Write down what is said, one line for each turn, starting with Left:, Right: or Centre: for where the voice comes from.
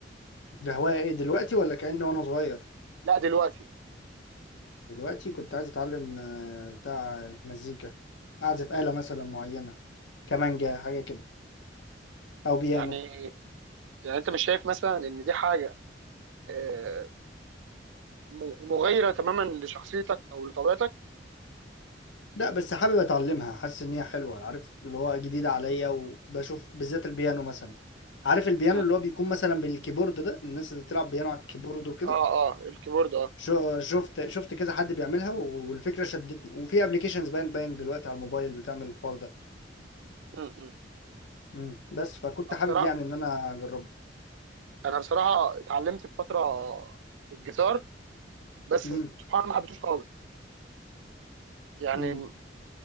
Left: ده هواية ايه دلوقتي ولا كأني وانا صغير
Right: لا دلوقتي
Left: دلوقتي كنت عايز اتعلم آه، بتاع مزيكا اعزف آلة مثلا معينة كمانجا حاجة كده او بيانو
Right: يعني يعني انت مش شايف مثلا ان دي حاجه آه م- مغايره تماما لشخصيتك او لطبيعتك
Left: لا بس حابب اتعلمها حاسس ان هي حلوه عارف اللي هو جديده عليا وبشوف بالذات البيانو مثلا عارف البيانو
Right: مم.
Left: اللي هو بيكون مثلا بالكيبورد ده الناس اللي بتلعب بيانو على الكيبورد وكده
Right: اه اه الكيبورد اه
Left: شو- شفت شفت كذا حد بيعملها والفكره شدتني وفي ابلكيشنز باين باين دلوقتي على الموبايل بتعمل الحوار ده
Right: مم، مم.
Left: مم. بس فكنت
Right: انا
Left: حابب
Right: بصراحه
Left: يعني ان انا اجربه
Right: انا بصراحه اتعلمت في فتره الجيتار بس
Left: امم
Right: سبحان الله ما حبيتهوش خالص يعني
Left: امم